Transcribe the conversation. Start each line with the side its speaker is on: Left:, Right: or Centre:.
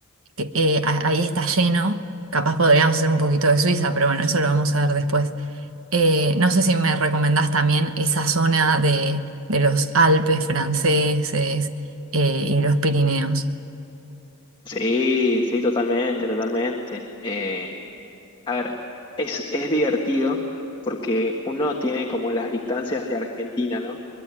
Right: que, eh, a- ahí está lleno. Capaz podríamos hacer un poquito de Suiza, pero bueno, eso lo vamos a ver después. Eh, no sé si me recomendás también esa zona de, de los Alpes franceses eh, y los Pirineos.
Left: Sí, sí, totalmente, totalmente. Eh, a ver, es, es divertido porque uno tiene como las distancias de Argentina, ¿no?